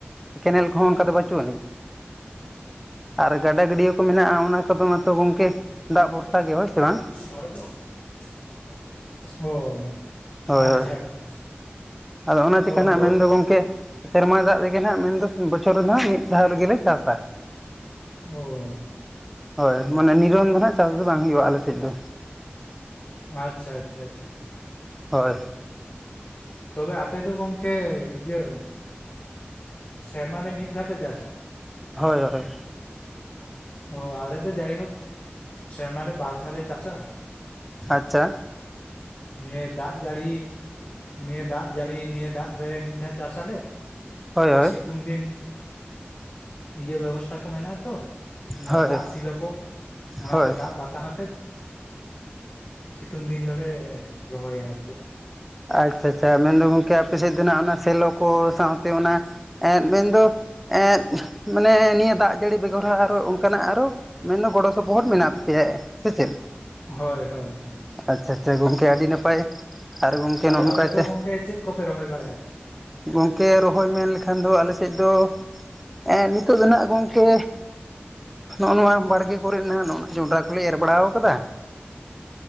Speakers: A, in the centre; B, on the left.
A: ᱠᱮᱱᱮᱞ ᱠᱚᱦᱚᱸ ᱚᱱᱠᱟ ᱫᱚ ᱵᱟ ᱪᱩᱜ ᱟᱹᱱᱤᱡ᱾ ᱟᱨ ᱜᱟᱰᱟ ᱜᱟᱹᱰᱤᱭᱟᱹ ᱠᱚ ᱢᱮᱱᱟᱜᱼᱟ ᱚᱱᱟ ᱠᱚᱫᱚ ᱢᱟᱛᱚ ᱜᱚᱝᱠᱮ ᱫᱟᱜ ᱵᱷᱚᱨᱥᱟ ᱜᱮ ᱦᱳᱭ ᱥᱮ ᱵᱟᱝ?
B: <unintelligible> ᱚ
A: ᱦᱳᱭ
B: ᱟᱪᱪᱷᱟ
A: ᱦᱳᱭ
B: ᱟᱪᱪᱷᱟ᱾
A: ᱟᱫᱚ ᱚᱱᱟ
B: ᱚ
A: ᱪᱤᱠᱟ ᱱᱟᱸᱜ
B: ᱛᱚ
A: ᱢᱮᱱ ᱫᱚ ᱜᱚᱝᱠᱮ ᱥᱮᱨᱢᱟ ᱫᱟᱜ ᱛᱮᱜᱮ ᱱᱟᱸᱜ ᱢᱮᱱ ᱫᱚ ᱵᱚᱪᱷᱚᱨ ᱨᱮᱱᱟᱸᱜ ᱢᱤᱫ ᱫᱷᱟᱣ ᱨᱮᱜᱮᱞᱮ ᱪᱟᱥᱟ᱾
B: ᱚ᱾
A: ᱦᱳᱭ ᱢᱟᱱᱮ ᱱᱤᱨᱚᱱ ᱫᱚ ᱦᱟᱸᱜ ᱪᱟᱥ ᱫᱚ ᱵᱟᱝ ᱦᱩᱭᱩᱜᱼᱟ ᱟᱞᱮ ᱥᱮᱫ ᱫᱚ᱾
B: ᱟᱪᱪᱷᱟ ᱟᱪᱪᱷᱟ ᱟᱪᱪᱷᱟ᱾
A: ᱦᱳᱭ᱾
B: ᱛᱚᱵᱮ ᱟᱯᱮ ᱫᱚ ᱜᱚᱝᱠᱮ ᱤᱭᱟᱹ ᱥᱮᱨᱢᱟ ᱨᱮ ᱢᱤᱫ ᱫᱷᱟᱣ ᱯᱮ ᱪᱟᱥᱟ?
A: ᱦᱳᱭ ᱦᱳᱭ᱾
B: ᱚ ᱟᱞᱮ ᱫᱚ ᱡᱟᱭᱦᱳᱠ ᱥᱮᱨᱢᱟᱨᱮ ᱵᱟᱨ ᱫᱷᱟᱞᱮ ᱪᱟᱥᱟ᱾
A: ᱟᱪᱪᱷᱟ᱾
B: ᱱᱤᱭᱟᱹ ᱫᱟᱜ ᱡᱟᱹᱲᱤ ᱱᱤᱭᱟᱹ ᱫᱟᱜ ᱡᱟᱹᱲᱤ ᱱᱤᱭᱟᱹ ᱫᱟᱜ ᱨᱮ ᱢᱤᱫ ᱫᱷᱟᱣ ᱪᱟᱥ ᱟᱞᱮ,
A: ᱦᱳᱭ
B: ᱟᱨ
A: ᱦᱳᱭ
B: ᱥᱤᱛᱩᱝ ᱫᱤᱱ ᱤᱭᱟᱹ ᱵᱮᱵᱚᱥᱛᱟ ᱠᱚ ᱢᱮᱱᱟᱜ ᱟᱛᱚ, ᱚᱱᱮ
A: ᱦᱳᱭ
B: ᱫᱟᱜ ᱥᱤᱞᱚ ᱠᱚ ᱚᱱᱟ
A: ᱦᱳᱭ
B: ᱠᱚ ᱫᱟᱜ ᱵᱟᱛᱟᱱ ᱟᱛᱮ ᱥᱤᱛᱩᱝ ᱫᱤᱱ ᱫᱚᱲᱮ ᱨᱚᱦᱚᱭᱟ ᱟᱨ ᱪᱮᱫ᱾
A: ᱟᱪᱪᱷᱟ ᱟᱪᱪᱷᱟ ᱢᱮᱱᱫᱚ ᱜᱚᱝᱠᱮ ᱟᱯᱮ ᱥᱮᱫ ᱫᱚ ᱱᱟᱸᱜ ᱚᱱᱟ ᱥᱮᱞᱚ ᱠᱚ ᱥᱟᱶᱛᱮ ᱚᱱᱟ ᱮᱸᱫ ᱢᱮᱱᱫᱚ ᱮᱸᱫ ᱢᱟᱱᱮ ᱱᱤᱭᱟᱹ ᱫᱟᱜ ᱡᱟᱹᱲᱤ ᱵᱮᱜᱚᱨ ᱦᱚᱸ ᱟᱨᱚ ᱚᱱᱠᱟᱱᱟᱜ ᱟᱨᱚ ᱢᱮᱱᱫᱚ ᱜᱚᱲᱚ ᱥᱚᱯᱚᱦᱚᱫ ᱢᱮᱱᱟᱜ ᱛᱟᱯᱮᱭᱟ ᱥᱮ ᱪᱮᱫ?
B: ᱦᱳᱭ ᱦᱳᱭ ᱦᱳᱭ᱾
A: ᱟᱪᱪᱷᱟ ᱟᱪᱪᱷᱟ ᱜᱚᱝᱠᱮ ᱟᱹᱰᱤ ᱱᱟᱯᱟᱭ, ᱟᱨ ᱜᱚᱝᱠᱮ
B: ᱟᱫᱚ
A: ᱱᱚᱜᱼᱚ ᱱᱚᱝᱠᱟ
B: ᱟᱯᱮ ᱫᱚ ᱜᱚᱝᱠᱮ ᱪᱮᱫ ᱠᱚᱯᱮ ᱨᱚᱦᱚᱭ ᱵᱟᱲᱟᱭᱟ?
A: ᱜᱚᱝᱠᱮ ᱨᱚᱦᱚᱭ ᱢᱮᱱ ᱞᱮᱠᱷᱟᱱ ᱫᱚ ᱟᱞᱮᱥᱮᱡ ᱫᱚ ᱮᱸᱜ ᱱᱤᱛᱚᱜ ᱫᱚ ᱱᱟᱸᱜ ᱜᱚᱝᱠᱮ ᱱᱚᱜᱼᱚ ᱱᱚᱣᱟ ᱵᱟᱲᱜᱮ ᱠᱚᱨᱮ ᱱᱟᱸᱦ ᱱᱚᱜᱼᱱᱟ ᱡᱚᱸᱰᱨᱟ ᱠᱚᱞᱮ ᱮᱨ ᱵᱟᱲᱟᱣ ᱠᱟᱫᱟ